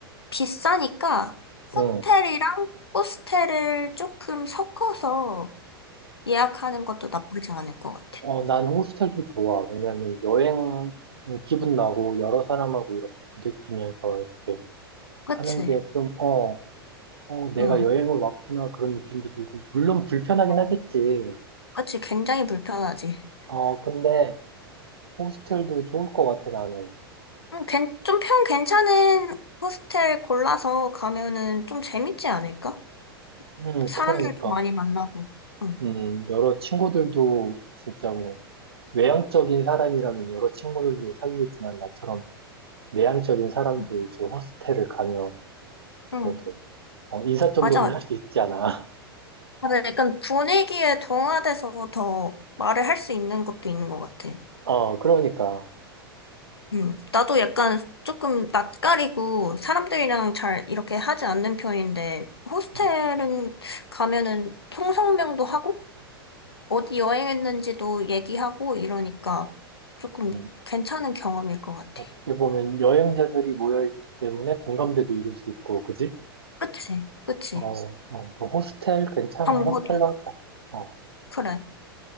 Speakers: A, on the left; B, on the right.
A: 비싸니까 호텔이랑
B: 응,
A: 호스텔을 조금 섞어서 예약하는 것도 나쁘지 않을 것 같아.
B: 어, 난 호스텔도 좋아. 왜냐면 여행 기분 나고 여러 사람하고 이렇게 부대끼면서 이렇게
A: 그치?
B: 하는 게 좀, 어, 어, 내가
A: 응.
B: 여행을 왔구나 그런 느낌도 들고, 물론 불편하긴
A: 맞아.
B: 하겠지.
A: 그치? 굉장히 불편하지.
B: 어, 근데 호스텔도 좋을 것 같아, 나는.
A: 음, 괜, 좀 평 괜찮은 호스텔 골라서 가면은 좀 재밌지 않을까?
B: 음,
A: 사람들도
B: 그러니까.
A: 많이 만나고. 응.
B: 음, 여러 친구들도 진짜 뭐, 외향적인 사람이라면 여러 친구들도 사귀겠지만, 나처럼 내향적인 사람도
A: 응.
B: 이제 호스텔을 가면
A: 응.
B: 그래도, 어, 인사 정도는
A: 맞아.
B: 할 수 있지 않아.
A: 맞아. 약간 분위기에 동화돼서 더 말을 할 수 있는 것도 있는 것 같아.
B: 어, 그러니까.
A: 음, 나도 약간 조금 낯가리고 사람들이랑 잘 이렇게 하지 않는 편인데, 호스텔은
B: 음,
A: 가면은 통성명도 하고, 어디 여행했는지도 얘기하고 이러니까 조금
B: 음.
A: 괜찮은 경험일 것 같아.
B: 어떻게 보면 여행자들이 모여있기 때문에 공감대도 이룰 수 있고, 그지?
A: 그치? 그치?
B: 어, 어, 그 호스텔 괜찮아.
A: 정보도.
B: 호스텔로 하자. 어,
A: 그래.